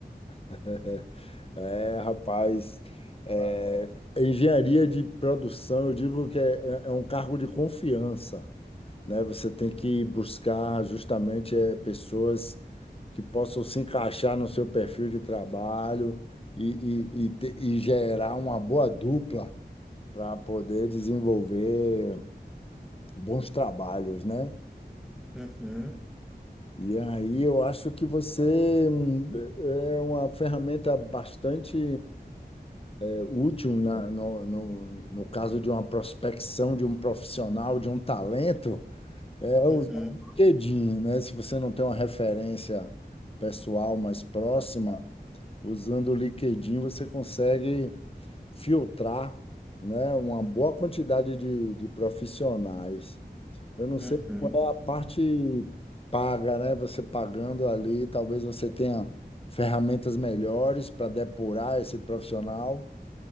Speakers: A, on the left (about 35°); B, in the centre.
A: <laughs> É, rapaz, é, engenharia de produção, eu digo que é, é um cargo de confiança, né? Você tem que buscar justamente é, pessoas que possam se encaixar no seu perfil de trabalho e, e, e, te- e gerar uma boa dupla para poder desenvolver bons trabalhos, né?
B: Uhum,
A: E aí eu acho que você hum, é uma ferramenta bastante é, útil na- no, no, no caso de uma prospecção de um profissional, de um talento, é
B: uhum,
A: usar o LinkedIn, né? Se você não tem uma referência pessoal mais próxima, usando o LinkedIn você consegue filtrar, né, uma boa quantidade de, de profissionais. Eu não
B: uhum.
A: sei qual é a parte paga, né? Você pagando ali, talvez você tenha ferramentas melhores para depurar esse profissional,